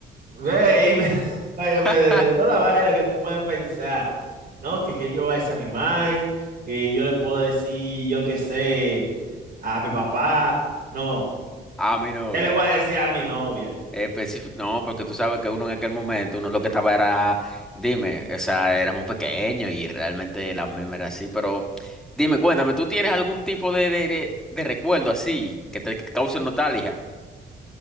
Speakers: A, on the right (about 45°); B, in the centre.
A: güey, me- <laughs> óyeme,
B: <laughs>
A: de, de toda la vaina que tú puedes pensar, ¿no? Que, que yo voy a decir a mi mai, que yo le puedo decir, yo qué sé, a mi papá, no,
B: A mi novia.
A: él le voy a decir a mi novia.
B: Específico, no, porque tú sabes que uno en aquel momento, uno lo que estaba era, dime, o sea, éramos pequeños y realmente la meme era así, pero dime, cuéntame, ¿tú tienes algún tipo de, de, de, de recuerdo así que te, que te cause nostalgia?